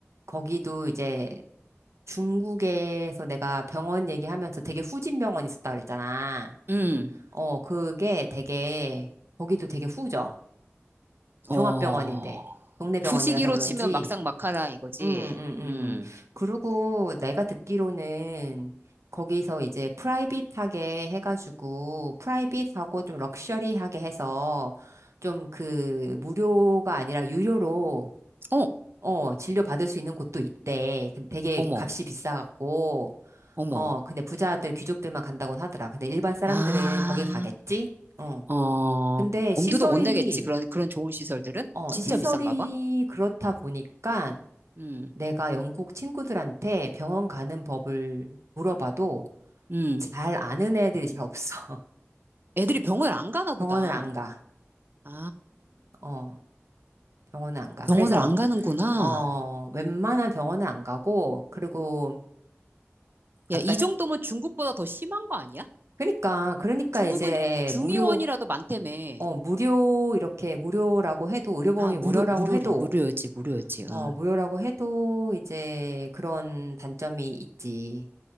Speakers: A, on the right (about 75°); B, on the right (about 45°).
A: 거기도 이제 중국에서 내가 병원 얘기하면서 되게 후진 병원 있었다 그랬잖아.
B: 음,
A: 어, 그게 되게, 거기도 되게 후져. 종합병원인데.
B: 어.
A: 동네 병원이라서
B: 부지기로
A: 그런지.
B: 치면 막상 막하라 이거지.
A: 응, 응, 응,
B: 음,
A: 응. 그리고 내가 듣기로는 거기서 이제 프라이빗하게 해가지고, 프라이빗하고 좀 럭셔리하게 해서 좀 그 무료가 아니라 유료로
B: 어,
A: 어, 진료 받을 수 있는 곳도 있대. 그 되게
B: 어머,
A: 값이 비싸갖고.
B: 어머.
A: 어, 근데 부자들, 귀족들만 간다곤 하더라. 근데 일반 사람들은
B: 아,
A: 거길 가겠지? 어.
B: 어,
A: 근데
B: 엄두도
A: 시설이,
B: 못 내겠지. 그런, 그런 좋은 시설들은?
A: 어,
B: 진짜
A: 시설이
B: 비싼가 봐.
A: 그렇다 보니까
B: 음,
A: 내가 영국 친구들한테 병원 가는 법을 물어봐도
B: 음.
A: 잘 아는 애들이 잘 없어. <laughs>
B: 애들이 병원을 안 가나
A: 병원을
B: 보다.
A: 안 가.
B: 아,
A: 어, 병원을 안 가.
B: 병원을
A: 그래서,
B: 안 가는구나.
A: 어, 웬만한 병원은 안 가고, 그리고 아까,
B: 야, 이 정도면 중국보다 더 심한 거 아니야?
A: 그러니까, 그러니까
B: 중국은
A: 이제
B: 중의원이라도
A: 무료,
B: 많다며.
A: 어, 무료, 이렇게 무료라고 해도, 의료보험이
B: 아, 무료,
A: 무료라고
B: 무료를,
A: 해도,
B: 무료였지, 무료였지. 어.
A: 어, 무료라고 해도 이제 그런 단점이 있지.